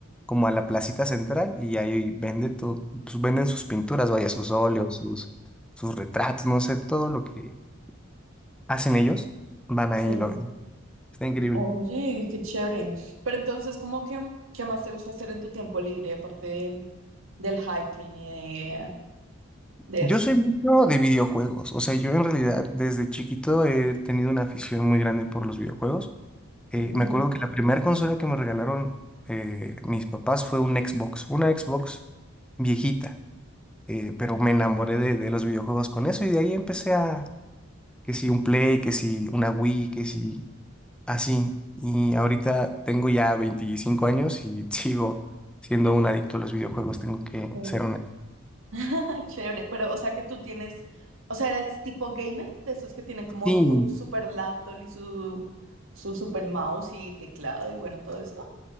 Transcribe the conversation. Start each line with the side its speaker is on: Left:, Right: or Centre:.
Centre: como a la placita central y ahí vende todo, pues venden sus pinturas, vaya, sus óleos, sus, sus retratos, no sé, todo lo que hacen ellos, van ahí
Right: Sí.
Centre: y lo venden. Está increíble.
Right: Oye, qué chévere. Pero entonces, ¿cómo que qué más te gusta hacer en tu tiempo libre, aparte de- del hiking y de, de
Centre: Yo
Right: eso?
Centre: soy mucho de videojuegos, o sea, yo en realidad desde chiquito he tenido una afición muy grande por los videojuegos. Eh,
Right: Ujú,
Centre: me acuerdo que la primera consola que me regalaron eh, mis papás fue un Xbox, una Xbox viejita. eh, pero me enamoré de, de los videojuegos con eso y de ahí empecé a, que si un Play, que si una Wii, que si así. Y ahorita tengo ya 25 años y <laughs> sigo siendo un adicto a los videojuegos, tengo que
Right: ok.
Centre: ser honesto.
Right: <laughs> Chévere, pero o sea que tú tienes, o sea, eres tipo gamer, de esos que tienen como
Centre: Sí,
Right: su super laptop y su, su super mouse y teclado y bueno, todo esto.